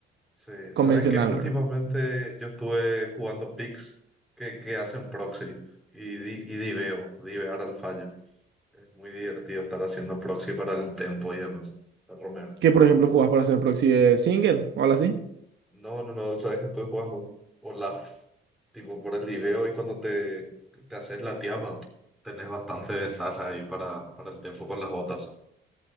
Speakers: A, in the centre; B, on the right.
A: Sí,
B: convencional,
A: sabes que últimamente
B: ¿verdad?
A: yo estuve jugando picks que, que hacen proxy y, di- y diveo, divear al fallo. Es muy divertido estar haciendo proxy para el tempo y demás, el Romero.
B: ¿Qué, por ejemplo, jugás para hacer proxy de single o algo así?
A: No, no, no, sabes que estoy jugando Olaf, tipo por el diveo y cuando te, te haces la tiama, tenés bastante ventaja ahí para, para el tempo con las botas.